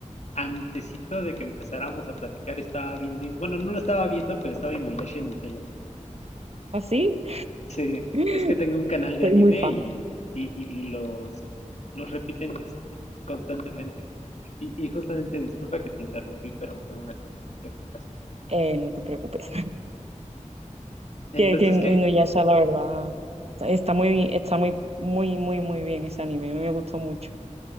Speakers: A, on the left (about 60°); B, on the right (about 55°).
A: antesito de que empezáramos a platicar estaba viendo, bueno, no lo estaba viendo, pero estaba Inuyasha en mi tele.
B: ¿Así?
A: Sí,
B: <laughs>
A: es que tengo un canal de
B: Soy
A: anime
B: muy fan.
A: y, y, y- y los, los repiten este, constantemente. Y, y justamente, disculpa que te interrumpí, pero fue una coincidencia muy graciosa.
B: Eh, no te preocupes. <laughs>
A: Entonces,
B: Que, que Inuyasha,
A: ¿qué?
B: la verdad, está muy, está muy, muy, muy, muy bien ese anime. A mí me gustó mucho.